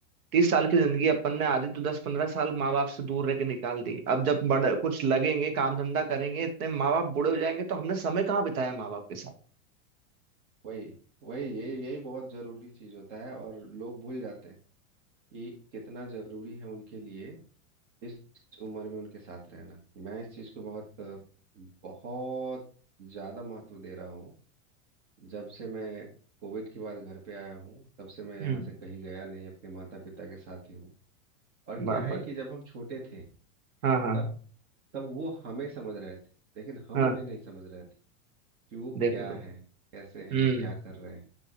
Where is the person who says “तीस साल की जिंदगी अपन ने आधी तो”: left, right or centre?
Right